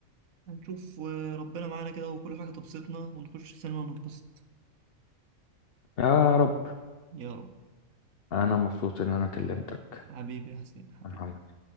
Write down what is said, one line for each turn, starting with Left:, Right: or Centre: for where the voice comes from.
Right: هنشوف آه، ربنا معانا كده وكل حاجه تبسطنا ونخش السينما ونتبسط
Left: يا رب
Right: يا رب
Left: أنا مبسوط إن أنا كلمتك
Right: حبيبي يا حسين حبيبي
Left: يا محمد